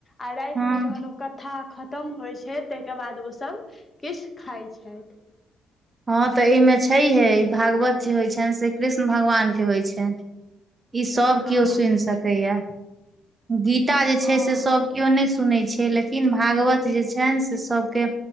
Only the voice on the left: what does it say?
आ रात्रिमे
जखन ओ कथा। खतम होइत छै, ताहिके बाद ओ सभ किछु खाइत छैथ।
हँ
हँ